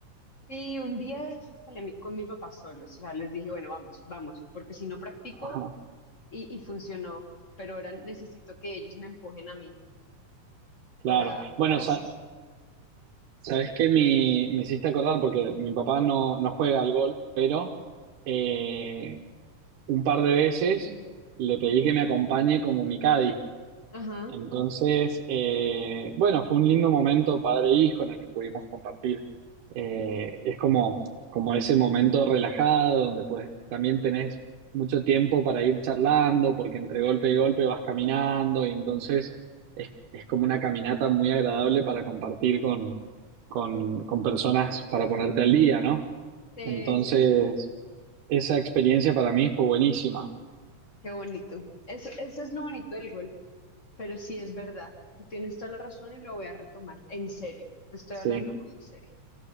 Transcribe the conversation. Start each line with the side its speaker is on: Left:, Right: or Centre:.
Left: sí, un día de hecho salí a mi- con mi papá solos, o sea, les dije, bueno, vamos, vamos, porque si no practico
Right: Ajá,
Left: y, y funcionó, pero ahora necesito que ellos me empujen a mí
Right: claro.
Left: para, Claro.
Right: Bueno,
Left: para
Right: sa-
Left: <laughs> hacer.
Right: sabes que mi, me hiciste acordar porque mi papá no, no juega al golf, pero eh, un par de veces le pedí que me acompañe como mi caddy.
Left: Ajá.
Right: Entonces, eh, bueno, fue un lindo momento padre e hijo en el que pudimos compartir. Eh, es como, como ese momento relajado donde pues también tenés mucho tiempo para ir charlando, porque entre golpe y golpe vas caminando y entonces es, es como una caminata muy agradable para compartir con, con, con personas para ponerte al día, ¿no?
Left: Sí,
Right: Entonces,
Left: sí, sí,
Right: esa experiencia para mí fue buenísima,
Left: qué bonito. Eso, eso es lo bonito del golf, pero sí es verdad. Tú tienes toda la razón y lo voy a retomar. En serio, te estoy
Right: sí.
Left: hablando muy en serio.